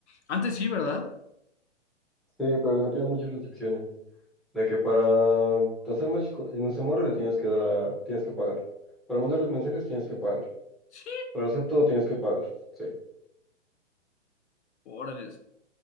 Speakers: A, on the left; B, in the centre.
A: Antes sí, ¿verdad?
B: Sí, pero le metieron muchas restricciones, de que para hacer match co- en esa morra le tienes que dar, tienes que pagar, para mandarles mensajes tienes que pagar,
A: Sí.
B: para hacer todo tienes que pagar, sí.
A: Órale,